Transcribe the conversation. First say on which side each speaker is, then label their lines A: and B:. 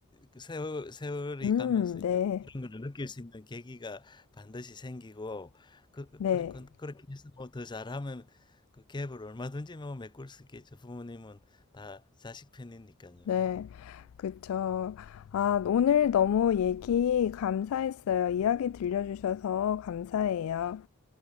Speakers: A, on the left; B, on the left.
A: 그 세월, 세월이
B: 음,
A: 가면서
B: 네,
A: 이제 그런 걸 느낄 수 있는 계기가 반드시 생기고, 그, 그,
B: 네,
A: 그리- 그, 그렇게 해서 뭐 더 잘하면 그 갭을 얼마든지 뭐 메꿀 수 있겠죠. 부모님은 다 자식 편이니까요.
B: 네, 그쵸. 아, 오늘 너무 얘기 감사했어요. 이야기 들려주셔서 감사해요.